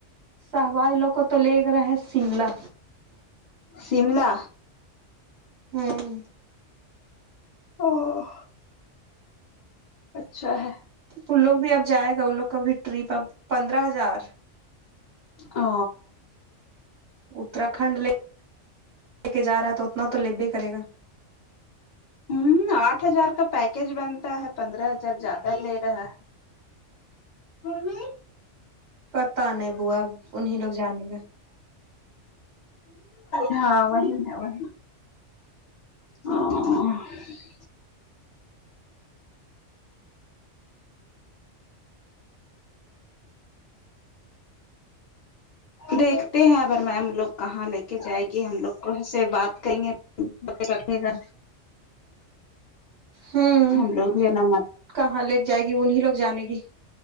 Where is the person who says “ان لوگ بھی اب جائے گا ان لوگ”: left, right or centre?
Right